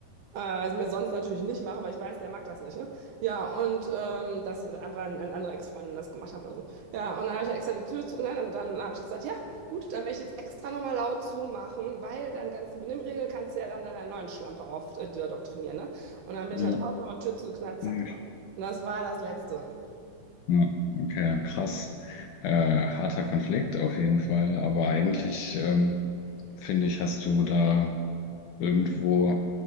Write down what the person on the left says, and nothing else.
Ja,
nee.
ja, okay, krass. Äh, harter Konflikt auf jeden Fall, aber eigentlich ähm, finde ich, hast du da irgendwo